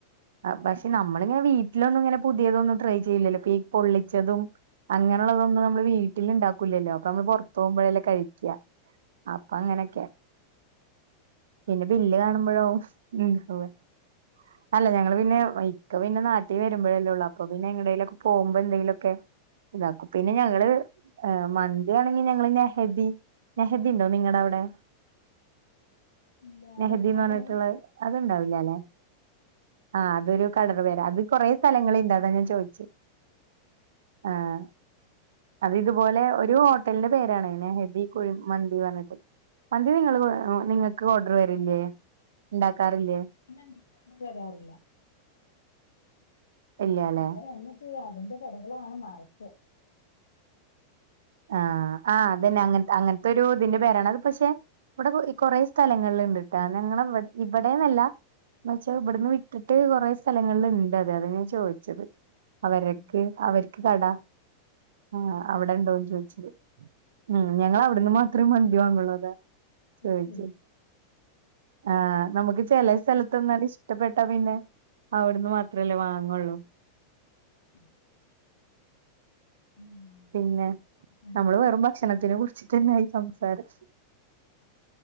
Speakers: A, on the right; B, on the left.
A: അഹ്
B: അതുകൊണ്ട്
A: പക്ഷെ നമ്മളിങ്ങനെ വീട്ടിലൊന്നും ഇങ്ങനെ പുതിയതൊന്നും ട്രൈ ചെയ്ല്ലല്ലോ ഈ മീൻ പൊള്ളിച്ചതും അങ്ങനെയുള്ളതൊന്നും നമ്മള് വീട്ടിൽണ്ടാക്കൂല്ലല്ലോ ഒക്കെ നമ്മള് പൊർത്തോഉമ്പഴെല്ലെ കഴിക്ക അപ്പൊ അങ്ങനൊക്കെ പിന്നെ ബില്ല് കാണുമ്പഴോ ഉംഅതെ അല്ല ഞങ്ങള് പിന്നെ ഇക്ക പിന്നെ നാട്ടി വരുമ്പഴല്ലേ ഉള്ളൂ അപ്പൊ പിന്നെ എങ്ടേലൊക്കെ പോഉമ്പോ എന്തെലുക്കെ ഇതാക്കും പിന്നെ ഞങ്ങള് എഹ് മ ത് വേണെങ്കിൽ ഞങ്ങള് നഹദി നെഹദിണ്ടോ നിങ്ങടെ അവിടെ
B: ഇല്ല
A: നെഹദീന്ന്
B: അത് അതിന്
A: പറഞ്ഞിട്ടുള്ള അത്ണ്ടാവില്ലല്ലെ ആഹ് അതൊരു കടയുടെ പേരാ അത് കുറെ സ്ഥലങ്ങളിണ്ട് അതാ ഞാൻ ചോയ്ചെ ആഹ് അത് ഇത് പോലെ ഒരു ഹോ ട്ടൽന്റെ പേരാണ് നഹ്‌ദി കുഴി മന്തി പർഞ്ട്ട് മന്തി നിങ്ങള് നിങ്ങക്ക് ഓർഡർ വരില്ലേ ണ്ടാക്കാറില്ലേ
B: മന്തിക്ക് ഓർഡർ വരാറില്ല
A: ഇല്ലാല്ലെ
B: അത് എന്നാ ചെയ്യ അതിന്റെ കടകളാണ് ന്നറച്
A: ആഹ് ആഹ് അതന്നെ അങ്ങൻ അങ്ങൻത്തെ ഒരു ഇതിന്റെ പേരാണ് അത് പക്ഷെ ഇവിടെ കുറെ സ്ഥലങ്ങളിൽ ണ്ട്ട്ടാ ഞങ്ങടെ വ ഇവിടെന്നല്ല ന്നച്ചാ ഇവിടുന്ന് വിട്ടിട്ട് കുറെ സ്ഥലങ്ങള്ണ്ട് അതെ അത ഞാൻ ചോയ്ച്ചത് അവരക്ക്
B: ഉം,
A: അവർക്ക് കട ആഹ് അവിടെ ഉണ്ടോന്ന് ചോയ്ച്ചത് ഉം ഞങ്ങള് അവിടുന്ന് മാത്രേ മന്തി വാങ്ങുള്ളൂ അതാ ചോയ്ചെ
B: ശരി
A: ആഹ് നമുക്ക് ചെലേ സ്ഥലത്ത് ന്നാണ്ട് ഇഷ്ടപ്പെട്ടാ പിന്നെ അവിടുന്ന് മാത്രല്ലേ വാങ്ങോള്ളൂ
B: <inaudible> ഉം
A: പിന്നെ
B: ഉം,
A: നമ്മള് വെറും ഭക്ഷണത്തിനെ കുറിച്ച് തന്നെയി സംസാരം